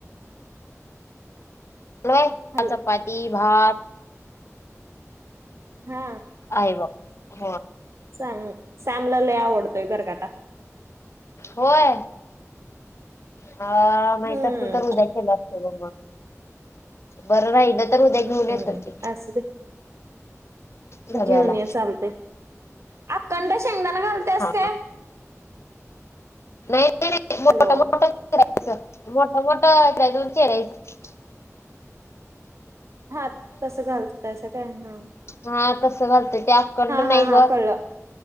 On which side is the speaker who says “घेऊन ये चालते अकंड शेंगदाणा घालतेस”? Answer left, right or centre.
Right